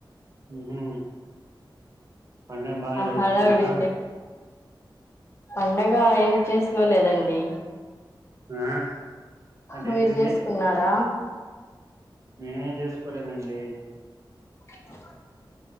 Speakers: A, on the right; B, on the left.
A: ఉహు పండగ బాగా
B: ఆ
A: జరుపుకున్నారా
B: హడావిడి పండగ ఏం చేసుకోలేదండి
A: ఆ అదేంటండి
B: మీరు చేసుకున్నారా
A: నేనేం చేసుకోలేదండి
B: <inaudible>